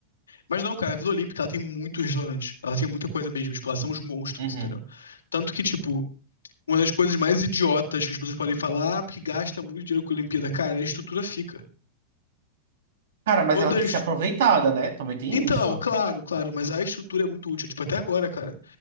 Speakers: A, on the left (about 75°); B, on the right (about 65°).
A: Mas não, cara, a Vila Olímpica, ela tem muito restaurante. Ela tem muita coisa mesmo. Tipo, ela são os monstros,
B: Uhum.
A: entendeu? Tanto que, tipo, uma das coisas mais idiotas que as pessoas podem falar, ah, porque gasta muito dinheiro com a Olimpíada. Cara, a estrutura fica.
B: Cara, mas
A: Toda
B: ela tem
A: a
B: que
A: estru...
B: ser aproveitada, né? Também tem
A: Então,
B: isso.
A: claro, claro, mas a estrutura é muito útil. Tipo, até agora, cara.